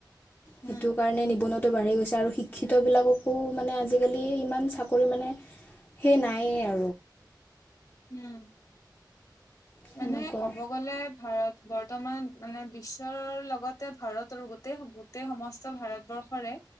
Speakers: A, on the left (about 25°); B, on the left (about 50°).
A: সেইটো
B: উম
A: কাৰণে নিবুনুৱাটো বাঢ়ি গৈছে। আৰু শিক্ষিতবিলাককো মানে আজিকালি ইমান চাকৰি মানে সেই নায়েই আৰু
B: উম।
A: সেনেকুৱা
B: মানে ক'ব গ'লে ভাৰত বৰ্তমান মানে বিশ্বৰ লগতে ভাৰতৰ গোটেই গোটেই সমস্ত ভাৰতবৰ্ষৰে